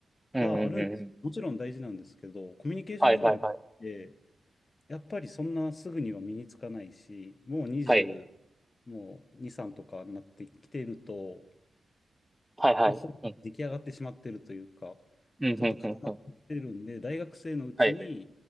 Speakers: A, in the centre; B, on the left (about 45°).
A: うん、
B: はあるんです。
A: うん、うん。
B: もちろん大事なんですけど、コミュニケーション能力って
A: はい、はい、はい。
B: やっぱりそんなすぐには身につかないし、もう20、
A: はい、
B: もう2、3とかになってきてると、
A: はい、はい。
B: まあ、ほぼ出来上がってしまってるというか、
A: うん、うん、うん、
B: ちょっと固まってきてるんで、
A: うん、うん。
B: 大学生のうちに、
A: はい。